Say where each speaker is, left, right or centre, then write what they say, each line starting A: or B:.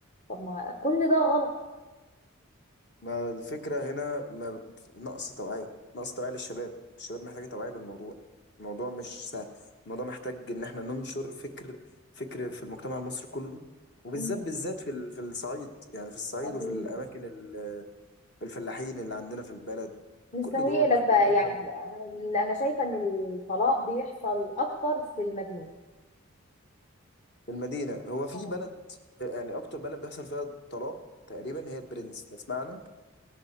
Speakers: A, on the left (about 35°); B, on the left (about 50°).
A: طب ما كل ده غلط
B: ما الفكرة هنا ما نقص توعية نقص توعية للشباب الشباب محتاجة توعية بالموضوع الموضوع مش سهل الموضوع محتاج إن احنا ننشر فكر فكر في المجتمع المصري كله وبالذات
A: مم.
B: بالذات في ال- في الصعيد يعني في الصعيد
A: اكيد
B: وفي الأماكن ال- الفلاحين اللي عندنا في البلد
A: مستهيئلك
B: كل دول محتاجين
A: بقى
B: يفهموا
A: يعني لا، انا شايفه ان الطلاق بيحصل اكتر في المدينه
B: في المدينة هو في
A: آه.
B: بلد يعني أكتر بلد بيحصل فيها طلاق تقريبا هي البرنس تسمعنا